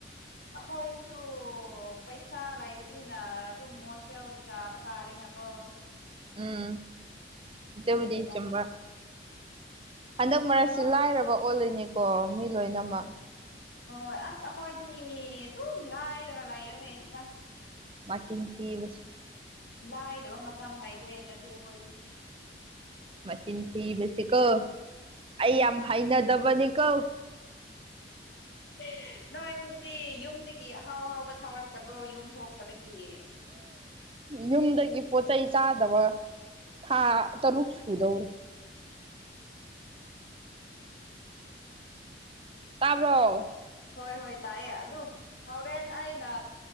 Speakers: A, on the left; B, on the right.
A: ꯑꯩꯈꯣꯏꯁꯨ ꯄꯩꯁꯥ ꯂꯩꯇꯕꯅꯤꯅ ꯑꯗꯨꯝ ꯍꯣꯁꯇꯦꯜꯒꯤ ꯆꯥꯕ ꯇꯥꯔꯦꯅ ꯑꯥꯍꯣ
B: ꯎꯝ
A: ꯑꯗꯨꯅꯅꯤꯗ
B: ꯑꯗꯨꯕꯨꯗꯤ ꯆꯨꯝꯕ ꯍꯟꯗꯛ- ꯃꯔꯛꯁꯤ
A: ꯅꯪ
B: ꯂꯥꯏꯔꯕ ꯑꯣꯜꯂꯤꯅꯤꯀꯣ ꯃꯤ ꯂꯣꯏꯅꯃꯛ
A: ꯍꯣꯢ ꯑꯥꯁ ꯑꯈꯣꯏꯗꯤ ꯗꯨꯝ ꯂꯥꯏꯔꯒ ꯂꯥꯏꯔꯅꯤꯗ
B: ꯃꯆꯤꯟ ꯊꯤꯕꯁꯤ
A: ꯂꯥꯏꯗꯕ ꯃꯇꯝ ꯂꯥꯏꯗꯦꯗ ꯅꯆꯦ ꯑꯩꯈꯣꯏꯗꯤ
B: ꯃꯆꯤꯟ ꯊꯤꯕꯁꯦ ꯀꯣ ꯑꯩ ꯌꯥꯝ ꯍꯩꯅꯗꯕꯅꯤ ꯀꯣ
A: INAUDIBLE ꯅꯣꯏ ꯍꯧꯖꯤꯛ ꯌꯨꯝꯗꯒꯤ ꯑꯍꯥꯎ- ꯑꯍꯥꯎꯕ ꯊꯥꯔꯛꯇꯕ꯭ꯔꯣ ꯌꯨꯝ ꯊꯣꯛꯇꯕꯒꯤ INAUDIBLE
B: ꯌꯨꯝꯗꯒꯤ ꯄꯣꯠ ꯆꯩꯩ ꯆꯥꯗꯕ ꯊꯥ ꯇꯔꯨꯛ ꯁꯨꯗꯧꯔꯦ ꯇꯥꯕ꯭ꯔꯣ
A: ꯍꯣꯏ ꯍꯣꯏ ꯇꯥꯢꯑꯦ ꯑꯗꯨ ꯍꯣꯔꯦꯟ ꯑꯩꯅꯥ